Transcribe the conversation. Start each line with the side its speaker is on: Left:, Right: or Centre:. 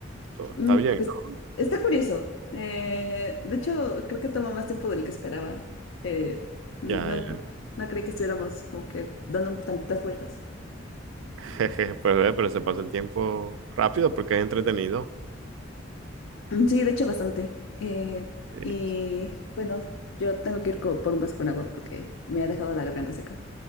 Right: Todo-
Left: Mm,
Right: Está bien,
Left: es-
Right: ¿no?
Left: está curioso. Eh, de hecho, creo que toma más tiempo del que esperaba. Eh, no,
Right: Ya,
Left: no,
Right: ya.
Left: cre- no creí que estuviéramos como que dando tantitas vueltas.
Right: <laughs> Jeje, Pues ve, pero se pasa el tiempo rápido porque es entretenido.
Left: Mm, Sí, de hecho, bastante. Eh,
Right: Sí,
Left: y
Right: sí.
Left: bueno, yo tengo que ir co- por un vaso con agua porque me ha dejado la garganta seca.